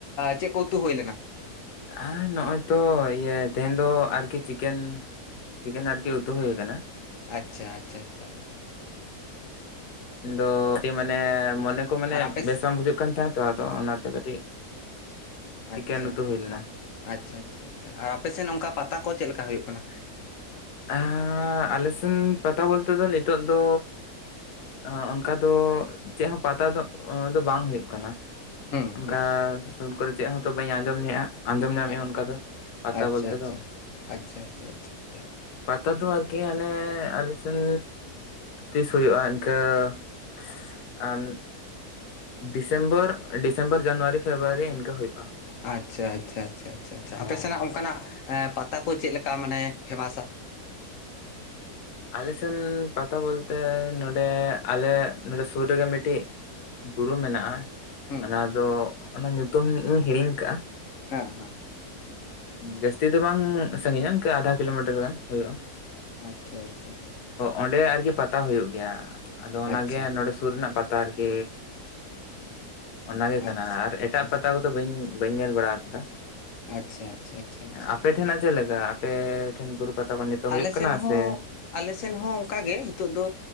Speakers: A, on the left; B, on the left.
A: ᱪᱮᱫ ᱠᱚ, ᱩᱛᱩ ᱦᱩᱭ ᱞᱮᱱᱟ?
B: ᱟᱸ ᱱᱚᱜᱼᱚᱭ ᱛᱚ, ᱤᱭᱟᱹ ᱛᱮᱦᱮᱱ ᱫᱚ, ᱟᱨᱠᱤ ᱪᱤᱠᱮᱱ ᱪᱤᱠᱮᱱ ᱟᱨᱜᱮ ᱩᱛᱩ ᱦᱩᱭ ᱟᱠᱟᱱᱟ?
A: ᱟᱪᱪᱷᱟ ᱟᱪᱪᱷᱟ, ᱟᱪᱪᱷᱟ ᱪᱷᱟ ᱪᱷᱟ, ᱟᱪᱪᱟ ᱟᱪᱪᱟ ᱾ <inaudible>
B: ᱤᱧ ᱫᱚ, ᱠᱟᱴᱤᱡ ᱢᱟᱱᱮ, ᱢᱚᱱᱮ ᱠᱚ ᱢᱟᱱᱮ
A: ᱟᱨ ᱟᱯᱮ
B: ᱵᱮᱥ ᱵᱟᱝ ᱵᱩᱡᱷᱟᱹᱜ ᱠᱟᱱ ᱛᱟᱦᱮᱸᱜ ᱟᱛᱚ, ᱟᱫᱚ, ᱚᱱᱟᱛᱮ ᱠᱟᱹᱴᱤᱡ
A: ᱟᱪᱪᱷᱟ
B: ᱪᱤᱠᱮᱱ ᱩᱛᱩ
A: ᱟᱪᱪᱷᱟ
B: ᱦᱩᱭ ᱞᱮᱱᱟ
A: ᱟᱪᱪᱟ ᱪᱪᱷᱟ ᱟᱪᱪᱷᱟ, ᱟᱪᱷᱟ ᱟᱨ ᱟᱯᱮᱥᱮᱱ ᱚᱱᱠᱟ, ᱯᱟᱛᱟ ᱠᱚ, ᱪᱮᱫ ᱞᱮᱠᱟ ᱦᱳᱭᱳᱜ ᱠᱟᱱᱟ?
B: ᱟᱻ ᱟᱞᱮ ᱥᱮᱱ, ᱯᱟᱛᱟ ᱵᱚᱞᱛᱮ ᱫᱚ, ᱱᱤᱛᱚᱜ ᱫᱚ ᱟᱸᱻ ᱚᱱᱠᱟ ᱫᱚ, ᱪᱮᱜ ᱦᱚᱸ, ᱯᱟᱛᱟ ᱫᱚ, ᱚᱸ ᱫᱚ ᱵᱟᱝ ᱦᱳᱭᱳᱜ ᱠᱟᱱᱟ ᱾
A: ᱦᱩᱸ
B: ᱚᱱᱠᱟ
A: ᱦᱩᱸ
B: ᱥᱩᱨ ᱠᱚᱨᱮ, ᱪᱮᱜ ᱦᱚᱸᱛᱚ, ᱵᱟᱹᱧ ᱟᱸᱡᱚᱢ ᱞᱮᱜᱼᱟ? ᱟᱸᱡᱚᱢ ᱧᱟᱢᱮᱜᱼᱟ,
A: ᱟᱪᱪᱷᱟ
B: ᱚᱱᱠᱟ ᱫᱚ, ᱯᱟᱛᱟ
A: ᱟᱪᱪᱷᱟ
B: ᱵᱚᱞᱛᱮ
A: ᱟᱪᱪᱷᱟ
B: ᱫᱚ ᱾
A: ᱟᱪᱪᱷᱟ ᱟᱪᱪᱷᱟ ᱪᱪᱷᱟ, ᱟᱪᱪᱷᱟ ᱾
B: ᱯᱟᱛᱟ ᱫᱚ ᱟᱨᱠᱤ ᱦᱟᱸᱱᱮ, ᱟᱞᱮ ᱥᱮᱱ ᱛᱤᱥ ᱦᱳᱭᱳᱜᱼᱟ ᱤᱱᱠᱟᱹ <unintelligible> ᱟᱢ, ᱰᱤᱥᱮᱢᱵᱚᱨ ᱰᱤᱥᱮᱢᱵᱚᱨ, ᱡᱟᱱᱩᱣᱟᱨᱤ, ᱯᱷᱮᱵᱣᱟᱨᱤ ᱤᱱᱠᱟ ᱦᱳᱭᱳᱜᱼᱟ ᱾
A: ᱟᱪᱪᱷᱟ ᱟᱪᱪᱷᱟ ᱟᱪᱪᱷᱟ ᱪᱷᱟ,
B: ᱦᱮᱸ
A: ᱟᱯᱮ ᱥᱮᱱᱟᱜ,
B: ᱦᱮᱸ
A: ᱚᱱᱠᱟᱱᱟᱜ? ᱮᱸ, ᱯᱟᱛᱟ ᱠᱚ ᱪᱮᱫ ᱞᱮᱠᱟ? ᱢᱟᱱᱮ, ᱯᱷᱮᱢᱟᱥᱟ?
B: ᱟᱞᱮ ᱥᱮᱱ, ᱯᱟᱛᱟ ᱵᱚᱞᱛᱮ, ᱱᱚᱸᱰᱮ, ᱟᱞᱮ ᱱᱚᱸᱰᱮ ᱥᱩᱨ ᱨᱮᱜᱮ, ᱢᱤᱫᱴᱤᱡ ᱵᱩᱨᱩ ᱢᱮᱱᱟᱜᱼᱟ,
A: ᱦᱩᱸ
B: ᱚᱱᱟ ᱫᱚ, ᱚᱱᱟ ᱧᱩᱛᱩᱢ ᱤᱧ, ᱦᱤᱲᱤᱧ ᱟᱠᱟᱜᱼᱟ ᱾
A: ᱦᱮᱸᱻᱦᱮᱸ ᱾
B: ᱡᱟᱹᱥᱛᱤ ᱫᱚ ᱵᱟᱝ ᱥᱟᱺᱜᱤᱧᱟ, ᱤᱱᱠᱟᱹ ᱟᱫᱷᱟ ᱠᱤᱞᱳ ᱢᱤᱴᱟᱨ ᱜᱟᱱ, ᱦᱳᱭᱳᱜᱼᱟ ᱾
A: ᱟᱪᱪᱷᱟ ᱟᱪᱪᱷᱟ ᱟᱪᱪᱷᱟ ᱾
B: ᱚᱸᱰᱮ ᱟᱨᱠᱤ ᱯᱟᱛᱟ ᱦᱳᱭᱳᱜ ᱜᱮᱭᱟ, ᱟᱫᱚ, ᱚᱱᱟᱜᱮ,
A: ᱟᱪᱪᱷᱟ
B: ᱱᱚᱸᱰᱮ ᱥᱩᱨ ᱨᱮᱱᱟᱜ, ᱯᱟᱛᱟ ᱟᱨᱠᱤ ᱚᱱᱟᱜᱮ ᱠᱟᱱᱟ,
A: ᱟᱪᱪᱷᱟ
B: ᱟᱨ ᱮᱴᱟᱜ
A: ᱟᱪᱪᱷᱟ
B: ᱯᱟᱛᱟ ᱠᱚᱫᱚ, ᱵᱟᱹᱧ ᱵᱟᱹᱧ, ᱧᱮᱞ ᱵᱟᱲᱟ ᱟᱠᱟᱫᱟ ᱾
A: ᱟᱪᱪᱷᱟ, ᱟᱪᱪᱷᱟ ᱟᱪᱪᱷᱟ, ᱪᱷᱟ ᱾
B: ᱟᱯᱮ ᱴᱷᱮᱱᱟᱜ ᱪᱮᱫ ᱞᱮᱠᱟ? ᱟᱯᱮ ᱴᱷᱮᱱ ᱵᱩᱨᱩ ᱯᱟᱛᱟ ᱠᱚ, ᱱᱤᱛᱚᱜ
A: ᱟᱞᱮ
B: ᱦᱩᱭᱩᱜ ᱠᱟᱱᱟ,
A: ᱥᱮᱱ ᱦᱚᱸ
B: ᱥᱮ
A: ᱟᱞᱮ ᱥᱮᱱ ᱦᱚᱸ, ᱚᱱᱠᱟ ᱜᱮ, ᱱᱤᱛᱚᱜ ᱫᱚ,